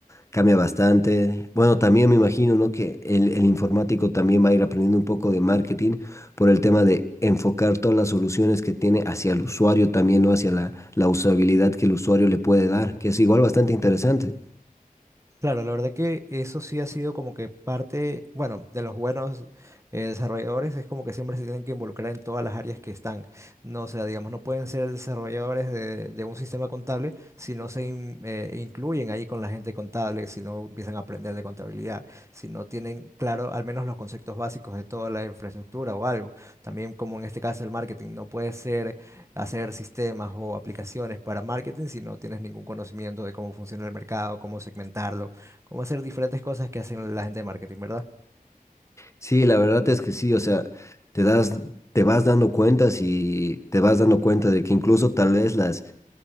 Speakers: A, on the left; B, on the right.
A: Cambia bastante. Bueno, también me imagino, ¿no? Que el, el informático también va a ir aprendiendo un poco de marketing por el tema de enfocar todas las soluciones que tiene hacia el usuario también, ¿no? Hacia la, la usabilidad que el usuario le puede dar, que es igual bastante interesante.
B: Claro, la verdad que eso sí ha sido como que parte, bueno, de los buenos eh, desarrolladores es como que siempre se tienen que involucrar en todas las áreas que están. No, o sea, digamos, no pueden ser desarrolladores de, de un sistema contable si no se in- eh, incluyen ahí con la gente contable, si no empiezan a aprender de contabilidad, si no tienen claro al menos los conceptos básicos de toda la infraestructura o algo. También como en este caso el marketing, no puede ser hacer sistemas o aplicaciones para marketing si no tienes ningún conocimiento de cómo funciona el mercado, cómo segmentarlo cómo hacer diferentes cosas que hacen la gente de marketing, ¿verdad?
A: Sí, la verdad es que sí, o sea, te das, te vas dando cuentas y te vas dando cuenta de que incluso tal vez las,